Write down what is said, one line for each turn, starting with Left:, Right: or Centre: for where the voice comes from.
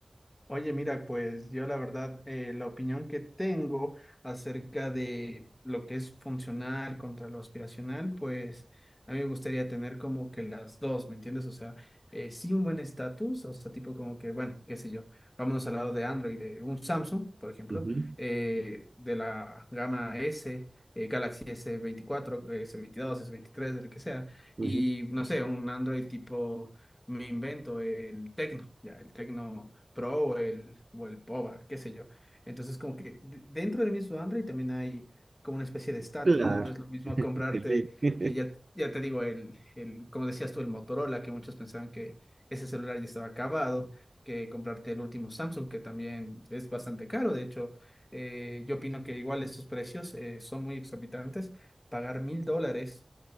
Left: Oye, mira, pues yo la verdad, eh, la opinión que tengo acerca de lo que es funcional contra lo aspiracional, pues a mí me gustaría tener como que las dos, ¿me entiendes? O sea, eh, sí un buen estatus, o sea, tipo como que, bueno, qué sé yo, vámonos al lado de Android, de un Samsung, por ejemplo,
Right: Ujú,
Left: eh, de la gama S, eh, Galaxy s veinticuatro, s veintidós, s veintitrés, del que sea,
Right: ujú.
Left: y no sé, un Android tipo, me invento el Tecno, ya, el Tecno. Pro o el, o el POBA, qué sé yo. Entonces, como que de- dentro del mismo Android también hay como una especie de estatus,
Right: Claro,
Left: ¿no? No es lo mismo comprarte,
Right: <laughs> Felipe.
Left: eh, ya, ya te digo, el, el, como decías tú, el Motorola, que muchos pensaban que ese celular ya estaba acabado, que comprarte el último Samsung, que también es bastante caro. De hecho, eh, yo opino que igual estos precios eh, son muy exorbitantes. Pagar mil dólares.